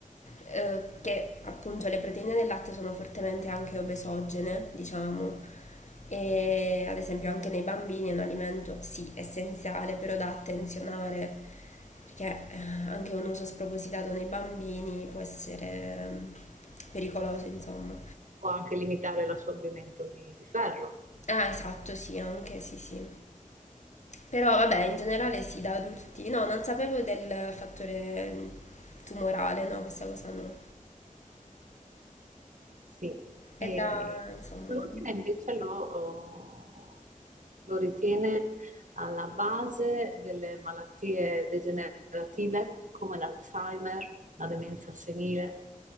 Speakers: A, on the left (about 55°); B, on the right (about 65°).
A: eh, che appunto le proteine del latte sono fortemente anche obesogene, diciamo, e ad esempio anche nei bambini è un alimento sì essenziale, però da attenzionare, perché eh, anche un uso spropositato nei bambini può essere ehm, pericoloso, insomma.
B: o anche limitare l'assorbimento di, di ferro.
A: Ah, esatto, sì, anche, sì, sì. Però vabbè, in generale sì, da adulti. No, non sapevo del fattore mh, tumorale, no, questa cosa no.
B: Sì, e
A: È da, insomma...
B: l'ultima invece lo, lo ritiene alla base delle malattie degenerative come l'Alzheimer, la demenza senile,